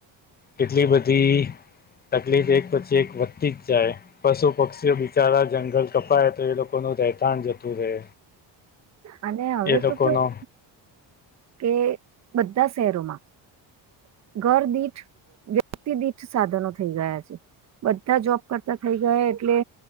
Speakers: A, on the left (about 20°); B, on the right (about 40°).
A: કેટલી બધી તકલીફ એક પછી એક. તી જ જાય પશુ પક્ષીઓ બિચારા જંગલ કપાય તો એ લોકોનું રહેતાણ જતું રહે.
B: અને હવે
A: એ
B: તું
A: લોકોનો
B: કેવું. કે બધા શહેરોમાં ઘર દીઠ. વ્યક્તિ દઠ સાધનો થઈ ગયા છે બધા જોબ કરતા થઈ ગયા એટલે